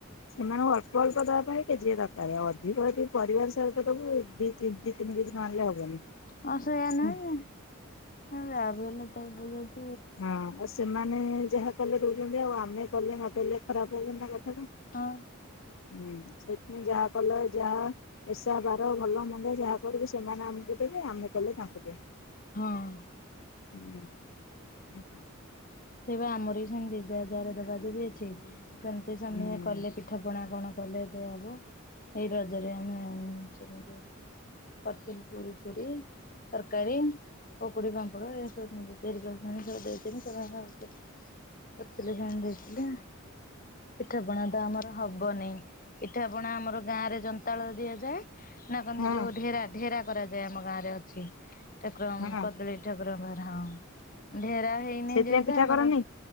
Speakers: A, on the left; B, on the left.
A: ସେମାନଙ୍କୁ ଅଳ୍ପ ଅଳ୍ପ ଦବା ପାଇଁ କେଜିଏ ଦରକାରେ ଅଧିକ ୟଦି ପରିବାର୍ ସହିତ ଦବୁ ତିନ୍ ତି ତିନି କେଜି ନ ଆଣିଲେ ହବନି।
B: ଅଁ ସେୟା ନୁହେଁ
A: ହଁ
B: ଯାଆ ବି ହେଲେ ତ
A: ହଁ ଅ ସେମାନେ ଯାହା କଲେ ଦଉଚନ୍ତି ଆଉ ଆମେ କଲେ ନଦେଲେ ଖରାପ୍ ହଉବ ନା କଥାଟା
B: ହଁ।
A: ହୁଁ ସେଥି ଯା କଲ ଯାଆ ଏସା ବାର ଭଲ ମନ୍ଦ ଯାହା କରିବୁ ସେମାନେ ଆମ୍କୁ ଦେବେ ଆମେ କଲେ ତାଙ୍କୁ ଦୋବୁ।
B: ଅଁ
A: <inaudible> <inaudible>
B: ଏବା ଆମରି ବି ସେମ୍ତି ଯା ଯାଆର ଦେବା ଦୁବି ଅଛି ସେମିତି ସେମାନେ
A: ହୁଁ
B: କଲେ ପିଠା ପଣା କଣ କଲେ ଦିଆଅବ ଏଇ ରଜରେ ଆମେ ଚେମିତି କର୍ଥିଲୁ ପୁରୀ ଫୁରି। ତର୍କାରୀ, ପକୁଡି଼, ପାମ୍ପଡ଼ ଏ ସବୁ ଜିନି ତିଆରି କରି ଆଣି ଦେଇଥିନି <unintelligible> କର୍ଥିଲେ ଜଣେ ଦେଇଥିଲେ, ପିଠାପଣା ତ ଆମର ହବ୍ ବନେଇ ପିଠା ପଣା ଆମର ଗାଁ ରେ ଯନ୍ତାଳ ଦିଆଯାଏ, ନା କନ୍ତି
A: ହଁ
B: ଯୋଉ ଢେରା ଢେରା କରାଯାଏ ଆମ ଗାଁରେ ଅଛି ଠାକୁରଙ୍କ୍
A: ହଁ
B: କଦଳୀଇ ଠାକୁରଙ୍କ ପାଖରେ ହଁ। ଢେରା ହେଇନି
A: ସେଥିପାଇଁ
B: ଯେହେତୁ
A: ପିଠା
B: ଆମର
A: କରନି